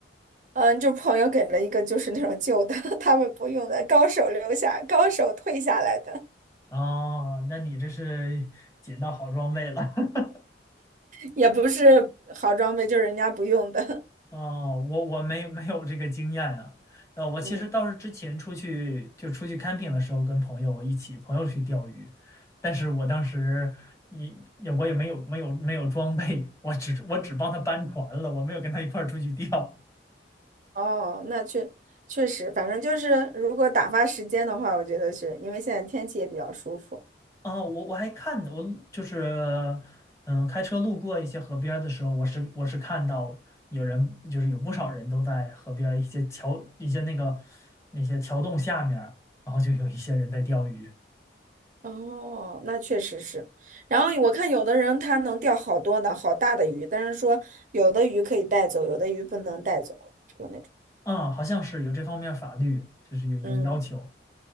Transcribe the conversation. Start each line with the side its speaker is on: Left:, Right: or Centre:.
Right: 嗯，就朋友给了一个就是那种旧的，<laughs> 他们不用的，高手留下，高手退下来的，
Left: 哦，那你这是捡到好装备了。<laughs>
Right: 也不是好装备，就是人家不用的。
Left: 哦，我我没没有这个经验啊。
Right: <laughs>
Left: 呃，我其实倒是之前出去就出去
Right: 嗯。
Left: camping 的时候，跟朋友一起朋友去钓鱼，但是我当时也也我也没有没有没有装备，我只我只帮他搬船了，我没有跟他一块儿出去钓。
Right: 哦，那确确实，反正就是如果打发时间的话，我觉得是因为现在天气也比较舒服。
Left: 啊，我我还看我就是嗯、呃开车路过一些河边儿的时候，我是我是看到有人就是有不少人都在河边儿一些桥一些那个那些桥洞下面儿然后就有一些人在钓鱼。
Right: 哦，那确实是。然后我看有的人他能钓好多的好大的鱼，但是说有的鱼可以带走，有的鱼不能带走，就是那种。
Left: 啊，好像是有这方面法律，就是有有要求
Right: 嗯，